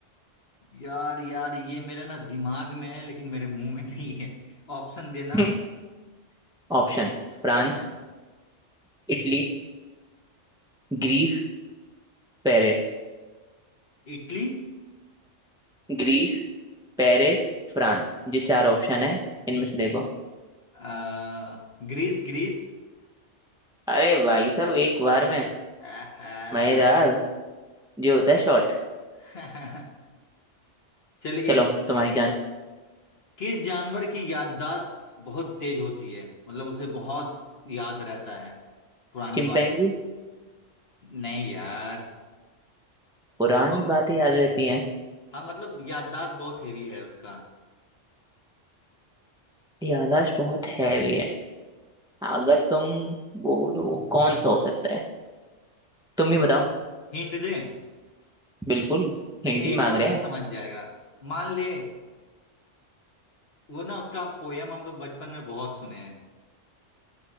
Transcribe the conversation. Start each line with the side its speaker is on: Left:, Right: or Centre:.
Left: यार यार ये मेरे ना दिमाग में है लेकिन मेरे मुंह में <laughs> नहीं है ऑप्शन देना
Centre: <laughs> Option France
Left: हाँ हाँ
Centre: Italy Greece Paris
Left: इटली
Centre: Greece Paris France ये चार ऑप्शन है इनमें से देखो
Left: आ, ग्रीस ग्रीस
Centre: अरे भाई साहब एक बार में
Left: आहा।
Centre: मजेदार जो होता है शॉर्ट
Left: <laughs> चल एक
Centre: चलो तुम्हारी जान
Left: किस जानवर की याददाश्त बहुत तेज होती है मतलब उसे बहुत याद रहता है पुरानी
Centre: चिंपैंजी
Left: बातें नहीं यार
Centre: पुरानी
Left: हाँ
Centre: बातें याद रहती हैं
Left: हाँ, मतलब याददाश्त बहुत हेवी है उसका
Centre: याददाश्त बहुत हैवी है अगर तुम बोलो कौन सा हो सकता है तुम
Left: मतलब
Centre: ही बताओ
Left: हिंट दे
Centre: बिल्कुल
Left: लेकिन
Centre: हिंट
Left: एक
Centre: ही मांग
Left: बार
Centre: रहे
Left: में
Centre: हैं
Left: समझ जाएगा मान ले वो ना उसका पोयम हम लोग बचपन में बहुत सुने हैं